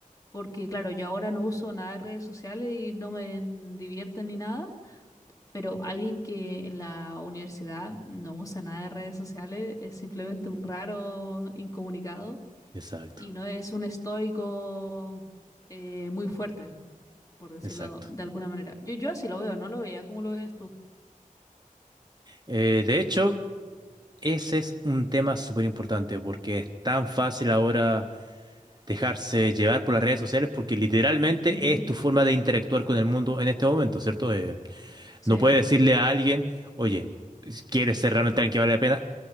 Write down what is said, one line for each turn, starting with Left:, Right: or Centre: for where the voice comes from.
Left: porque claro, yo ahora no uso nada de redes sociales y no me divierten ni nada, pero alguien que en la universidad no usa nada de redes sociales es simplemente un raro incomunicado
Right: Exacto,
Left: y no es un estoico eh, muy fuerte, por decirlo
Right: exacto.
Left: de alguna manera. Yo, yo así lo veo, no lo veía como lo veías tú.
Right: Eh, de hecho, ese es un tema súper importante porque es tan fácil ahora dejarse llevar por las redes sociales porque literalmente
Left: Ujú,
Right: es tu forma de interactuar con el mundo en este momento, ¿cierto? Eh,
Left: Sí.
Right: no puedes decirle a alguien, oye, si ¿quieres ser realmente alguien que vale la pena?